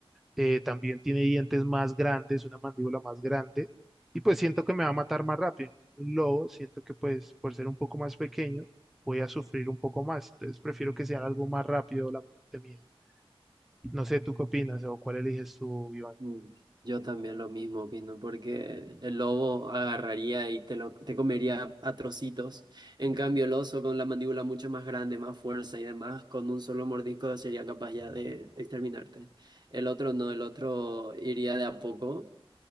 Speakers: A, in the centre; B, on the right (about 45°).
A: eh, también tiene dientes más grandes, una mandíbula más grande, y pues siento que me va a matar más rápido. En cambio, Un lobo, siento que pues por ser un poco más pequeño, voy a sufrir un poco más, entonces prefiero que sea algo más rápido la muerte mía. No sé, ¿tú qué opinas o cuál eliges tú, Iván?
B: Mm, Yo también lo mismo opino, porque el el lobo agarraría y te lo te comería a trocitos. En cambio, el oso con la mandíbula mucho más grande, más fuerza y demás, con un solo mordisco sería capaz ya de exterminarte. El otro no, el otro iría de a poco,